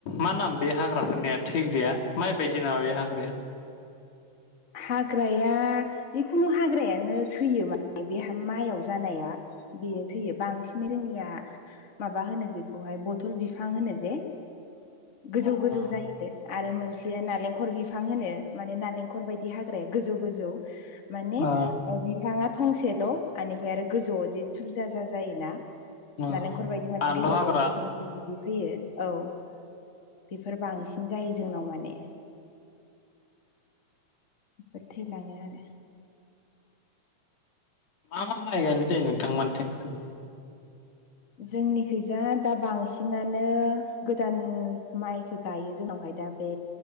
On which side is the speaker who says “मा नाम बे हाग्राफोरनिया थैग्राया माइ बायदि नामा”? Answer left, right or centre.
Left